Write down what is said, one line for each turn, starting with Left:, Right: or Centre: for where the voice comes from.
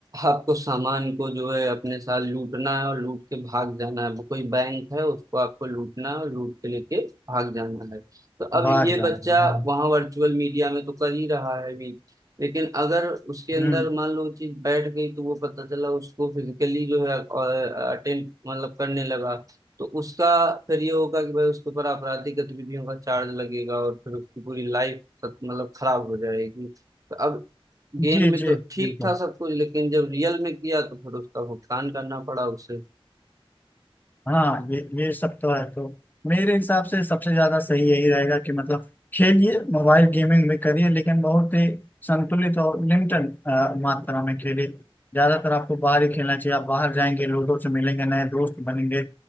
Right: आपको सामान को जो है अपने साथ लूटना है और लूट के भाग जाना है कोई बैंक है उसको आपको लूटना है और लूट के लेके भाग जाना है तो अब
Left: बाहर
Right: ये
Left: जाना
Right: बच्चा
Left: हाँ
Right: वहां वर्चुअल मीडिया में तो कर ही रहा है अभी लेकिन अगर उसके अंदर
Left: हम्म
Right: मान लो चीज बैठ गई तो वो पता चला उसको फिजिकली जो है अटेंड मतलब करने लगा तो उसका फिर ये होगा कि भाई उसके ऊपर आपराधिक गतिविधियों का चार्ज लगेगा और फिर उसकी पूरी लाइफ मतलब खराब हो जाएगी तो अब गेम
Left: जी
Right: में
Left: जी
Right: तो ठीक
Left: बिल्कुल
Right: था सब कुछ लेकिन जब रियल में किया तो फिर उसका भुगतान करना पड़ा उसे
Left: हाँ ये ये सब तो है तो मेरे हिसाब से सबसे ज्यादा सही यही रहेगा कि मतलब खेलिए मोबाइल गेमिंग भी करिए लेकिन बहुत ही संतुलित और लिमिटेड अ, मात्रा में खेलिए ज्यादातर आपको बाहर ही खेलना चाहिए आप बाहर जाएंगे लोगों से मिलेंगे नए दोस्त बनेंगे